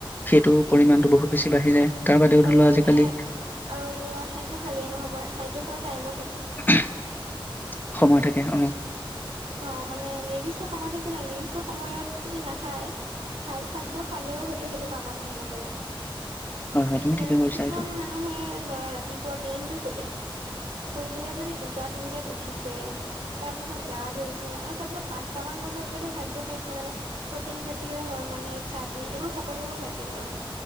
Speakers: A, on the left; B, on the right.
A: সেইটো পৰিমাণটো বহুত বেছি বাঢ়ি যায়, তাৰ বাদেও
B: আৰু
A: ধৰি লোৱা
B: মানে
A: আজিকালি
B: আৰু এতিয়া খাদ্য খালেই নহ'ব, খাদ্য খোৱাৰ টাইমো থাকে।
A: <inaudible> সময় থাকে। অ,
B: অ, মানে নিৰ্দিষ্ট সময় থাকে ন, নিৰ্দিষ্ট সময়ত যদি নাখায়। ভাল খাদ্য খালেও হয়তো সেইটো কামত নাহিব পাৰে,
A: হয় তুমি
B: যেনেকৈ
A: ঠিকে কৰিছা
B: কিছুমান
A: এইটো।
B: মানে অ, সেয়াই ধৰা ৰাতিপুৱা দিনটো শুলে। শুই পেলাই যদি দুটা তিনটাত উঠিছে তাৰপিছত। গা ধুইছে আৰু তাৰপিছত পাঁচটামান বজাত যদি খাদ্য খাইছে মানে। প্ৰটিন জাতীয়ই হওঁক মানে চাটনি এইবোৰ সকলোবোৰ খাইছে ধৰা।